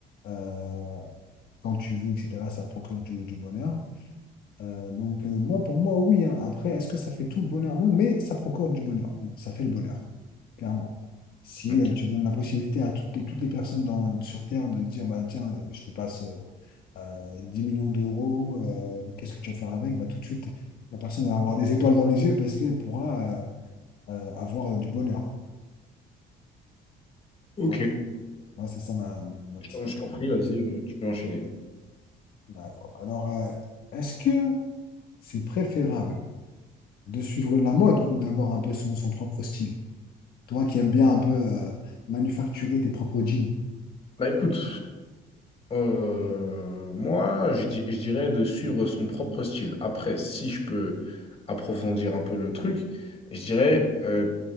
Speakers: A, on the left; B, on the left.
A: euh, quand tu veux, etc. Ça procure du, du bonheur. Euh, donc, euh, moi, pour moi, oui. hein. Après, est-ce que ça fait tout le bonheur? Non, mais ça procure du bonheur. Oui, ça fait le bonheur, clairement. Si
B: Ok.
A: euh, tu donnes la possibilité à toutes les, toutes les personnes dans- sur Terre de se dire, bah, tiens, euh, je te passe euh, euh, 10 millions d'euros, euh, qu'est-ce que tu vas faire avec? Bah, tout de suite, la personne va avoir des étoiles dans les yeux parce qu'elle pourra euh, euh, avoir euh, du bonheur.
B: Ok.
A: Voilà, Moi, c'est ça ma, ma- ma petite.
B: Donc, je t'en prie, vas-y, euh, tu peux enchaîner.
A: D'accord. Alors, euh, est-ce que c'est préférable de suivre la mode ou d'avoir un peu son son propre style? Toi qui aimes bien un peu euh, manufacturer tes propres jeans.
B: Bah écoute, euh, moi, je, di- je dirais de suivre son propre style. Après, si je peux approfondir un peu le truc, je dirais, euh,